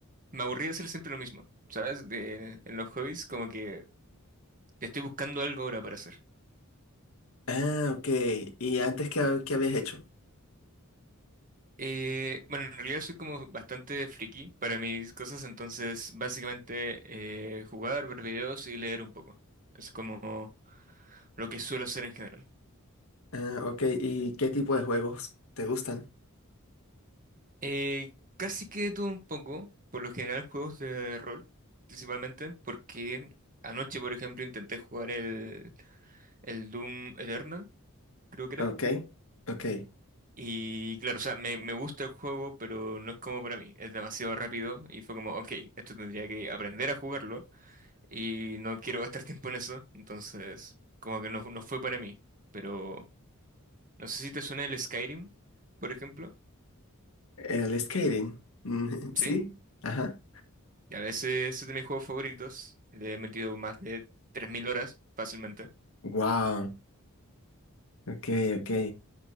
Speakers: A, on the right (about 40°); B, on the left (about 65°).
A: me aburría hacer siempre lo mismo, ¿sabes? De- en los hobbies como que estoy buscando algo ahora para hacer.
B: Ah, ok. ¿Y antes qué, ha- qué habías hecho?
A: Eh, bueno, en realidad soy como bastante friki para mis cosas, entonces básicamente eh, jugar, ver videos y leer un poco. Eso es como lo que suelo hacer en general.
B: Ah, ok. ¿Y qué tipo de juegos te gustan?
A: Eh, casi que de todo un poco, por lo general juegos de rol, principalmente, porque anoche, por ejemplo, intenté jugar el, el Doom Eternal, creo que
B: Ok,
A: era.
B: ok.
A: Y claro, o sea, me, me gusta el juego, pero no es como para mí, es demasiado rápido y fue como, ok, esto tendría que aprender a jugarlo y no quiero gastar <laughs> tiempo en eso, entonces como que no, no fue para mí. Pero no sé si te suena el Skyrim, por ejemplo.
B: El skating. mm, <laughs>
A: ¿sí?
B: ¿Sí? Ajá.
A: Y a veces es de mis juegos favoritos. Le he metido más de 3.000 horas fácilmente. <laughs>
B: Wow. Ok, ok.